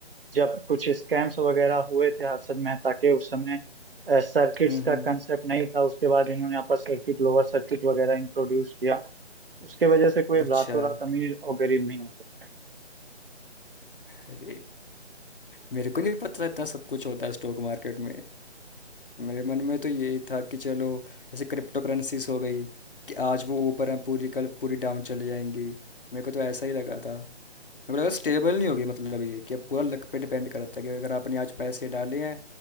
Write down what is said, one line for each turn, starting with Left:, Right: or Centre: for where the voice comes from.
Right: जब कुछ स्कैम्स वगैरह हुए थे हर्षद मेहता के उस समय सर्किट्स
Left: हुँ, हुँ।
Right: का कंसेप्ट नहीं था उसके बाद इन्होंने अपर सर्किट लोअर सर्किट वगैरह इंट्रोड्यूस किया उसके वजह से कोई
Left: अच्छा,
Right: रातों रात अमीर और गरीब नहीं हो सकता
Left: अरे! मेरे को नहीं पता था इतना सब कुछ होता है स्टॉक मार्केट में। मेरे मन में तो यही था कि चलो जैसे क्रिप्टोकरेंसीज़ हो गई कि आज वो ऊपर हैं पूरी कल पूरी डाउन चली जाएँगी। मेरे को तो ऐसा ही लगा था। मेरे को लगा स्टेबल नहीं होगी मतलब ये कि अब पूरा लक पे डिपेंड करता है कि अगर आपने आज पैसे डाले हैं